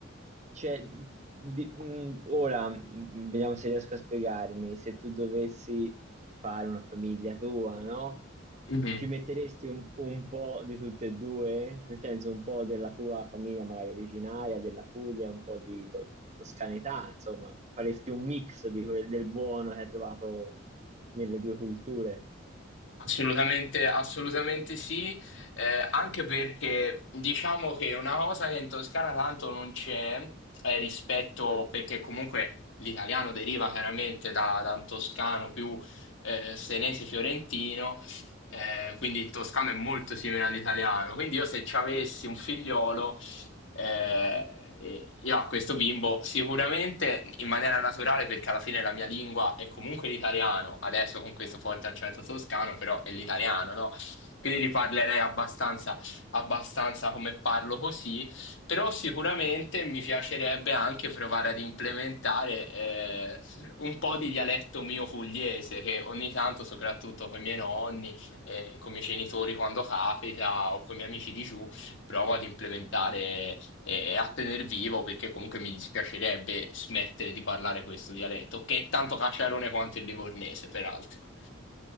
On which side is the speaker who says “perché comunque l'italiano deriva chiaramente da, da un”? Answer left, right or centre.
Left